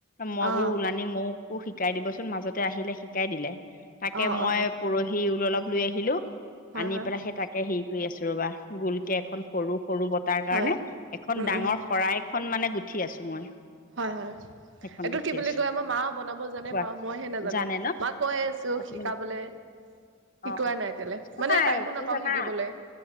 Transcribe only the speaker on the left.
মই
বোলো ওলানি মোকো শিকাই দিবচোন মাজতে আহিলে শিকাই দিলে। তাকে
মই
পৰহি ঊল অলপ লৈ আহিলোঁ।
আনি
পেলাই সেই তাকে হেৰি কৰি আছো ৰবা গোলকে এখন সৰু-সৰু বতাহৰ কাৰণে
এখন
ডাঙৰ
শৰাই খন মানে গুঠি আছো মই
সেইখন
গুঠি
আছো
কোৱা
জানে ন
অ তুমি
অ অ
একো
নাই
কি
জানা